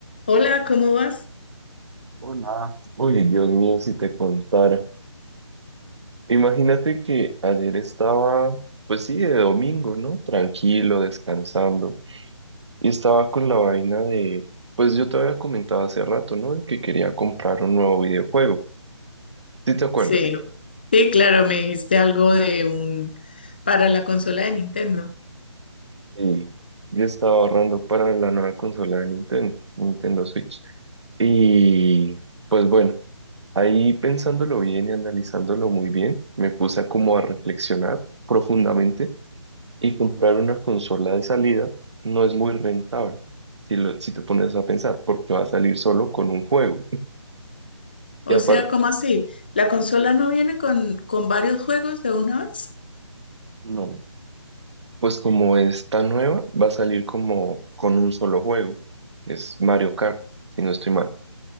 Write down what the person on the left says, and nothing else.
Hola, ¿cómo vas?
Sí, sí, claro, me dijiste algo de un para la consola de Nintendo.
O
sea, ¿cómo así? ¿La consola no viene con, con varios juegos de una vez?